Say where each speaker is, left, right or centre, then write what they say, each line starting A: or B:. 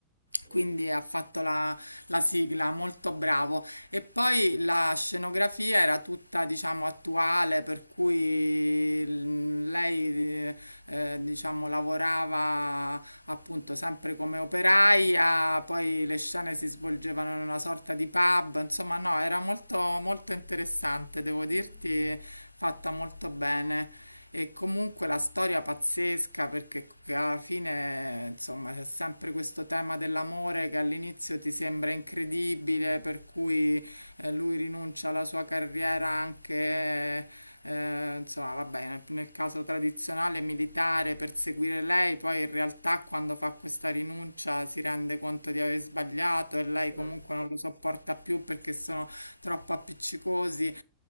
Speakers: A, on the right; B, on the left.
A: mm,
B: quindi ha fatto la, la sigla, molto bravo. E poi la scenografia era tutta, diciamo, attuale, per cui l- lei, eh, diciamo, lavorava appunto sempre come operaia, poi le scene si svolgevano in una sorta di pub, insomma, no, era molto, molto interessante, devo dirti,
A: mm,
B: fatta molto bene. E comunque la storia pazzesca perché c- alla fine, insomma, c'è sempre questo tema dell'amore che all'inizio ti sembra incredibile, per cui eh, lui rinuncia alla sua carriera anche, eh, insomma, vabbè, nel, nel caso tradizionale militare per seguire lei, poi in realtà quando fa questa rinuncia si rende conto di aver sbagliato e lei
A: mm,
B: comunque non lo sopporta più perché sono troppo appiccicosi